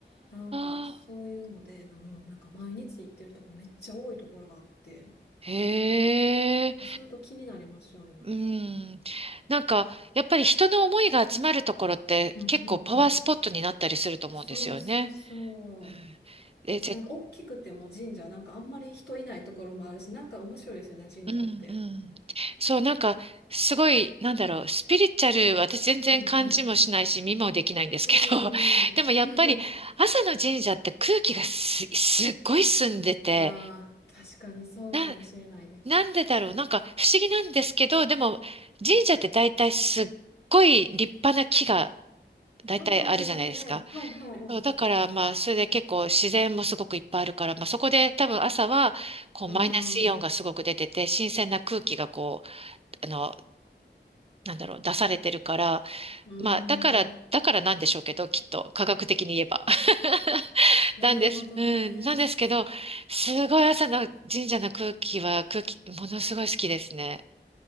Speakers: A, on the left; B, on the right.
A: なんかそういうので、
B: ああ
A: うん、なんか毎日行ってる人がめっちゃ多いところがあって、
B: ー、へえ。
A: そういうと気になりますよね、なんか。
B: うん。なんか、やっぱり人の思いが集まるところって結構パワースポットになったりすると思うんですよね。
A: うんうんうん。そうそうそう。
B: うん。で、
A: 確かなんか大きくても神社、
B: ぜ、
A: なんかあんまり人いないところもあるし、なんか面白いですよね、神社って。
B: うんうん。そう、なんか、すごい、なんだろう、スピリチュアル、私全然感じもしないし、
A: うんうん。
B: 見もできないんですけど、
A: うんうんうん。
B: <laughs> でもやっぱり朝の神社って空気がす、すっごい澄んでて、
A: <laughs> ああ、確かにそうかもしれないです。
B: な、なんでだろう、なんか不思議なんですけど、でも神社って大体すっごい立派な木が大体あるじゃないですか。
A: うんうん、ありますね。はいはい。うん。
B: そうだから、まあ、それで結構自然もすごくいっぱいあるから、まあ、そこで多分朝は、こう、
A: う
B: マイナスイオンがすごく出てて、
A: ん。
B: 新鮮な空気がこう、あの、なんだろう、出されてるから、
A: うー
B: まあ、だから、
A: ん、
B: だからなんでしょうけど、きっと、科学的に言えば。<laughs>
A: なるほどね。
B: なんです。うん。なんですけど、すごい朝の神社の空気は、空気、ものすごい好きですね。